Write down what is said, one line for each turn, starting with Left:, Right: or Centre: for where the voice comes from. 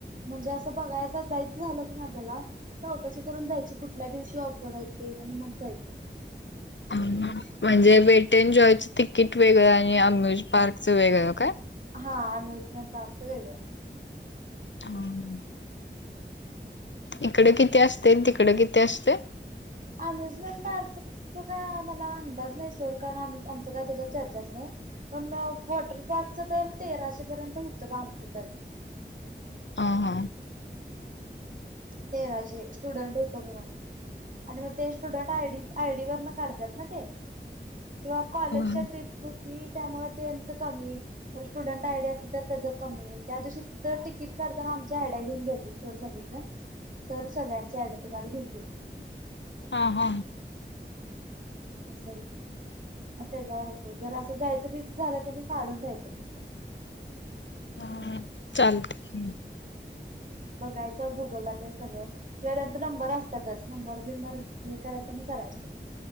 Right: म्हणजे असं बघायचं जायचं झालं की नाही आपल्याला चौकशी करून जायची कुठल्या दिवशी ऑफर आहे ते आणि मग जायचं
Left: म्हणजे वेटे एन जॉयचं तिकीट वेगळं आणि अम्युज पार्कचं वेगळं काय
Right: हा आम्ही उजमन पार्कच वेगळं <unintelligible>
Left: हम <unintelligible>
Right: असं हाय
Left: इकडे किती असते तिकड किती असते
Right: अम्युजमेंट पार्क काय आम्हाला अंदाज नाही सोड कारण म्ही आमच काय त्याच्यात चर्चाच नाही पण वॉटर पार्कच तर तेराशे पर्यंत होतं बा आमचं तरी
Left: ह हां <unintelligible>
Right: तेराचे स्टुडंट होतं म्हणून <unintelligible> आणि मग ते स्टुडंट आय आयडी वर न काढतात ना ते किंवा कॉलेजच्या
Left: ह
Right: ट्रिप होती त्यामुळे त्यांच कमी तर स्टुडंट आयडी असल तर त्याचं कमी त्या दिवशी तर तिकीट काढताना आमच्या आयड्याया घेऊन गेलतील सगळेजण सर सग्यांचे आयडेंट कार् घेऊन गेतील
Left: हा हा
Right: असं होतं म त्याच्यावर असते जर असं जायचं बी तर झालं की नाही काढून जायचं तिकेट
Left: ह चाल <unintelligible>
Right: बघायचं गुगलला ते सगळं. किंवा त्यांचा नंबर असतातच नंबर बिंबर हे करायचं आणि करायचं